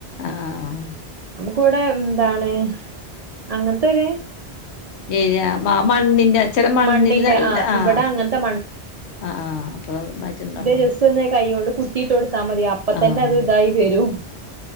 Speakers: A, on the left; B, on the right.
A: ആഹ്
B: കൂടെ എന്താണ് അങ്ങനത്തൊരു
A: ഏരി ആ മണ്ണിന്റെ അ ചെല മണ്ണിലല്ല
B: മണ്ണിന്റെ ആ
A: ആഹ്
B: ഇവിടെ അങ്ങനത്തെ
A: ആഹ് ആഹ് അപ്പൊ <unintelligible>
B: ജസ്റ്റൊന്ന് കയ്യോണ്ട് കു ത്തിയിട്ടൊടുത്താ മതി അപ്പതന്നത്
A: ആഹ്
B: ഇതായി വരും